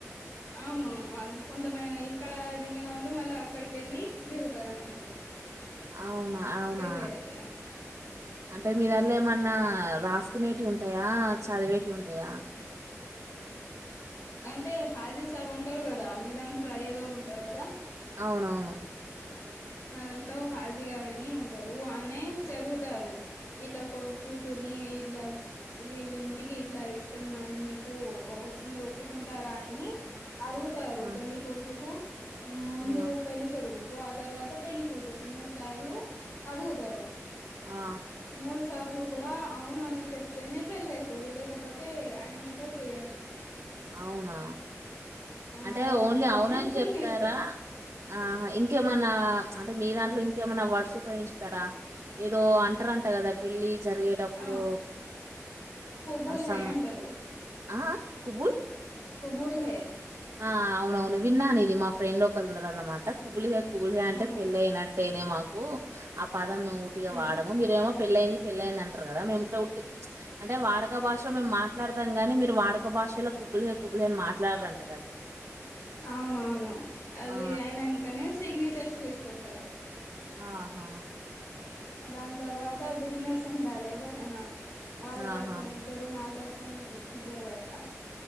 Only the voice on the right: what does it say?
అవునా అవునా
అంటే
మీదాంట్లో ఏమన్ న్నా రాసుకునేటివుంటాయా చదివేటివుంటయా
అవునవును
ఆ
ఆ
ఆ
అవునా
అంటే
ఓన్లీ అవునని
చెప్తారా ఆ ఇంకేమనా అంటే మీ దాంట్లో ఇంకేమైనా వర్డ్స్ ఉపయోగించుతరా ఏదో అంటారంట కదా పెళ్ళి జరిగే టప్పుడు
సం
ఆ కుబుల్
ఆ అవునవును విన్నాను ఇది మా ఫ్రెండ్ ఒకళ్ళు ఉండరన్నమాట కుబుల్ హె కుబుల్ హై అంటే
పెళ్ళి అయినట్ నే మాకు ఆ పాదం మేము ఊటిగా
వాడము మీరేమో పెళ్ళయింది పెళ్ళయిందంది అంటారు కదా మేము ఇట్లాట్టి అంటే వాడక భాషలో మేము మాట్లాడతాం కాగానీ మీరు వాడక భాషలో కుబుల్ హై కుబుల్ హె అనిమాట్లాడ్రని
ఆ
ఆహా
ఆహా